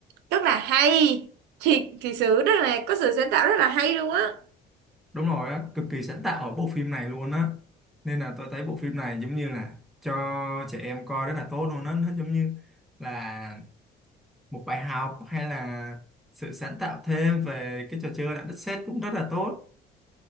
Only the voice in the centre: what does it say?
đúng rồi á cực kỳ sáng tạo ở bộ phim này luôn á nên là tôi thấy bộ phim này giống như là cho trẻ em coi rất là tốt luôn á nó giống như là một bài học hay là sự sáng tạo thêm về cái trò chơi đạo đất sét cũng rất là tốt